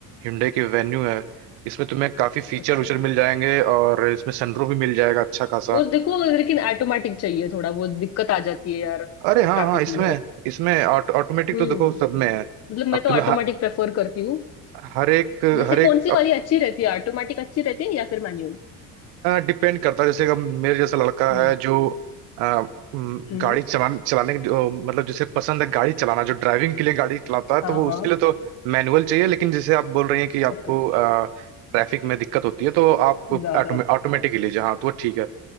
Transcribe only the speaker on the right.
hyundai की वेन्यू है इसमें तुम्हें काफी फीचर
उचर मिल जाएंगे और इसमें सनरूफ भी मिल जाएगा अच्छा खासा
अरे हाँ
हाँ इसमें
इसमें ऑटोमेटिक
तो देखो सब में है
अब
तुम्हें
हर,
हर एक
हर
एक
डिपेंड करता है जैसे कि अब मेरे जैसा लड़का
है जो अ, म,
गाड़ी चलाने चलाने की जो- मतलब जिसे पसंद है गाड़ी चलाना जो ड्राइविंग के लिए गाड़ी चलाता है
तो वो
उसके लिए तो मैनुअल चाहिए लेकिन जैसे आप बोल रही हैं कि आपको
ट्रैफिक में दिक्कत होती है तो आप
ऑटोमेटिक ले लीजिए हाँ तो वो ठीक है